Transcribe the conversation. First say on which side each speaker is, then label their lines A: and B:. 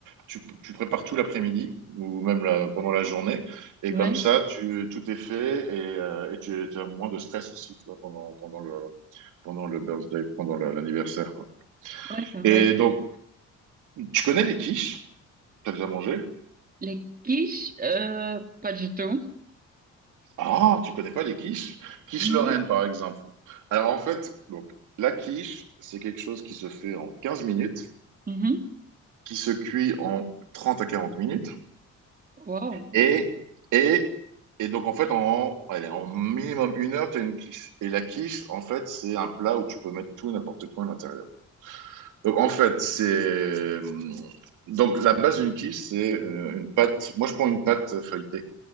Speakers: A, on the right; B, on the right.
A: tu, tu, prépares tout l'après-midi ou même la- pendant la journée. Et
B: Mhm.
A: comme
B: Ouais,
A: ça, tu, tout est fait et, euh, et tu, tu as moins de stress aussi, tu vois, pendant, pendant le, pendant le birthday, pendant l'anniversaire, quoi.
B: ouais, c'est vrai.
A: Et
B: ça.
A: donc, tu connais les quiches? T'as déjà mangé?
B: Les quiches, euh, pas du tout.
A: Ah, tu connais pas les quiches? Quiche Lorraine,
B: Non.
A: par exemple. Alors, en fait, donc, la quiche, c'est quelque chose qui se fait en 15 minutes.
B: Mhm.
A: qui se cuit en 30 à 40 minutes.
B: Wow.
A: Et, et, et donc, en fait, en, allez, en minimum une heure, tu as une quiche. Et la quiche, en fait, c'est un plat où tu peux mettre tout, n'importe quoi à l'intérieur. Donc, en fait, c'est. Donc, la base d'une quiche, c'est euh, une pâte. Moi, je prends une pâte feuilletée.